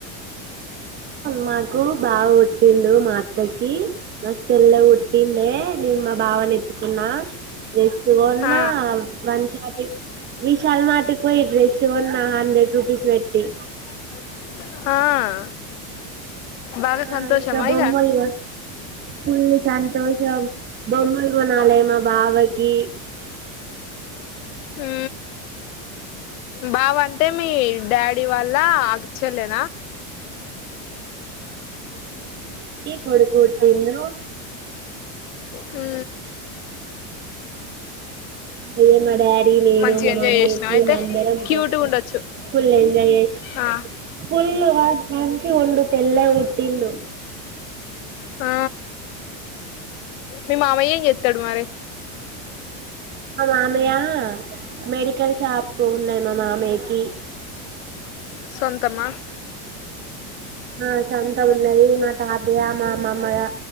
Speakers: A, on the right; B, on the left.
A: మాకు బాగా పుట్టిండు మా అత్తకి మస్ తెల్లగ పుట్టిండే నేను మా బావను ఎత్తుకున్నా డ్రెస్ కొన్న
B: ఆ
A: షాపింగ్ విశాల్ మాటికి పోయి డ్రెస్ కొన్న హండ్రెడ్ రూపీస్ పెట్టి
B: ఆ తింటున్నావా ఆ బాగా
A: ఆ
B: సంతోషమా
A: ఇంక బొమ్మలుగా
B: ఇగ
A: ఫుల్ సంతోషం. బొమ్మలు కొన్నాల మా బావకి
B: ఊ బావ అంటే మీ డాడీ వాళ్ హలో చెలేనా
A: కొడుకుపుట్టిండు
B: హూ
A: అయే మా డాడీ నేను
B: మంచిగా
A: మా
B: ఎంజాయ్
A: మమ్మీ
B: చేసినావు
A: మేము
B: అయితే
A: అందరం
B: క్యూట్గా
A: పోయినాం.
B: ఉండొచ్చు
A: ఫుల్ ఎంజాయ్ చేసి
B: ఆ
A: ఫుల్ వా మంచిగ ఉండు తెల్లగ పుట్టిండు
B: ఆ మీ మామయ్యేం చేత్తాడు మరి
A: మా మామయ్య మెడికల్ షాప్ ఉన్నాయి మా మామయ్య కి
B: సొంతమా
A: ఆ సొంతం ఉన్నది మా తాతయ్య మా అమ్మమ్మగా